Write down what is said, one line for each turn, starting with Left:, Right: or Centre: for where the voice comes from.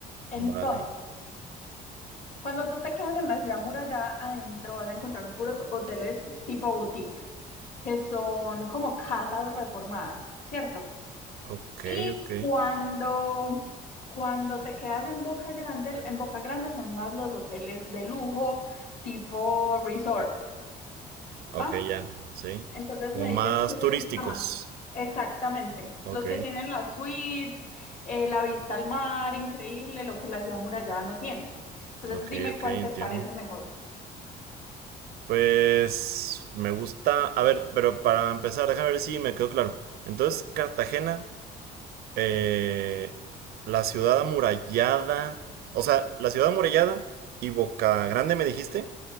Left: Entonces,
Right: vale.
Left: cuando tú te quedas en la ciudad murallada, adentro vas a encontrar puros hoteles tipo boutique, que son como casas reformadas, ¿cierto?
Right: Ok,
Left: Y
Right: ok.
Left: cuando, cuando te quedas en Boca Grande, en Boca Grande son más los hoteles de lujo, tipo resort,
Right: Ok,
Left: ¿va?
Right: ya, sí.
Left: Entonces
Right: Como
Left: me
Right: más
Left: dices qué te
Right: turísticos.
Left: gusta más. Exactamente.
Right: Ok,
Left: Los que tienen las suites, eh, la vista al mar, increíble, lo que la ciudad murallada no tiene. Entonces
Right: ok,
Left: dime
Right: ok,
Left: cuál te
Right: entiendo.
Left: parece mejor.
Right: Pues me gusta. A ver, pero para empezar, déjame ver si me quedó claro. Entonces, Cartagena, eh, la ciudad amurallada, o sea, la ciudad amurallada y Boca Grande, me dijiste.